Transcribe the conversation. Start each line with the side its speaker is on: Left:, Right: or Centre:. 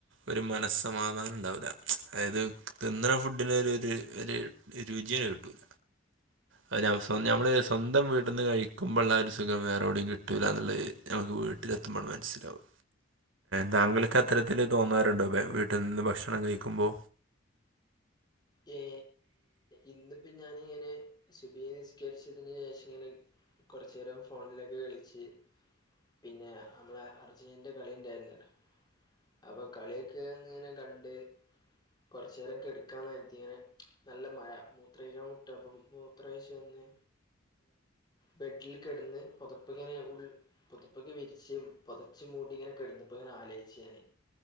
Right: ഒരു മനസ്സമാധാനണ്ടാവൂല. അതായത് തിന്ന്ണ ഫുഡ്ന് ഒര് ര് ഒര്, രുചിയങ്‌ കിട്ടൂല. അ ഞമ്മള്
Left: അതെ
Right: സ്വന്തം വീ ട്ട്ന്ന് കഴിക്കുമ്പൊള്ളാ ആ ഒരു സുഖം, വേറെവ്ടിം കിട്ടൂല്ലാന്ന് ള്ളത് ഞമ്മക്ക്‌ വീട്ടിലെത്തുമ്പണ് മനസ്സിലാവും. താങ്കൾക്ക്
Left: അതെ
Right: അത്തരത്തിൽ തോന്നാറുണ്ടോ വീട്ടിൽ നിന്ന് ഭക്ഷണം കഴിക്കുമ്പോ
Left: ഏ ഇന്നിപ്പം ഞാനിങ്ങനെ സുബ്ഹ് നിസ്കരിച്ചതിന് ശേഷം ഇങ്ങനെ കൊർച്ചേരം ഫോണിലൊക്കെ കളിച്ച് പിന്നെ നമ്മളെ അർജീനന്റെ കളി ഉണ്ടായിരുന്നല്ലോ അപ്പൊ കളിയൊക്കെങ്ങനെ കണ്ട് കൊർച്ചേരം കെട്ക്കാന്നേരത്ത് ങ്ങനെ നല്ല മഴ മൂത്രെയ്ക്കാമുട്ട് അപ്പം മൂത്രൊയ്ച്ച് വന്ന് ബെഡിൽ കെട്ന്ന് പൊത്പ്പ്ങ്ങനെ ഉൾ പൊതപ്പൊക്കെ വിരിച്ച് പൊതച്ച് മൂടിഇങ്ങനെ കെട്ന്നപ്പൊങ്ങനെ ആ ലൊയ്ച്ച് ഞാന്